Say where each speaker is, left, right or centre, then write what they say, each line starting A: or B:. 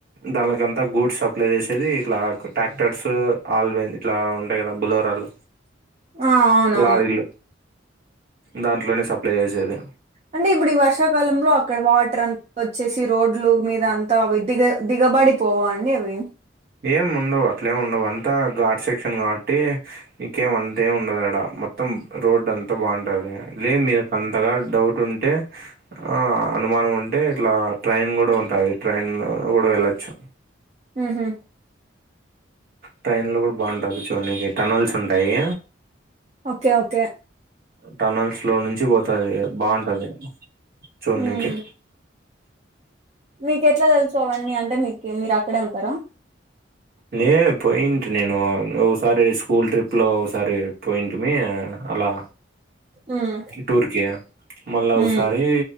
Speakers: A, on the right; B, on the right.
A: దాన్లికంతా గూడ్స్ సప్లై చేసేది ఇట్లా ట్రాక్టర్సు ఆల్వను ఇట్లా ఉంటాయి కదా బులోరాలు
B: ఆ అవునవును
A: లారీలు దాంట్లోనే సప్లై చేసేది
B: అంటే ఇప్పుడు ఈ వర్షాకాలంలో అక్కడ వాటర్ అంతా వచ్చేసి రోడ్లు మీద అంతా దిగ దిగబడి పోవా అండి అవి
A: ఏం ఉండవు అట్లేం ఉండవు అంతా ఘార్డ్ సెక్షన్ కాబట్టి ఇంకేం అంతే ఉండదడా మొత్తం రోడ్ అంతా బాగుంటది లే మీద అంతగా డౌట్ ఉంటే ఆ అనుమానం ఉంటే ఇట్లా ట్రైన్ కూడా ఉంటాది ట్రైన్ కూడా వెళ్లచ్చు.
B: ఉహు
A: ట్రైన్లో కూడా బాగుంటాది చూన్నికి టనెల్స్ ఉంటాయి.
B: ఓకే ఓకే
A: టనల్స్ లో నుంచి పోతది బాగుంటది చూడనీకి
B: మ్మ్ మీకు ఎట్లా తెలుసు అవన్నీ అంటే మీకు మీరు అక్కడే ఉంటారా
A: లే పోయిటి నేను ఓసారి స్కూల్ ట్రిప్ లో ఓసారి పోయింటిమి అలా
B: మ్మ్
A: టూర్ కి మళ్ళా ఓసారి
B: మ్మ్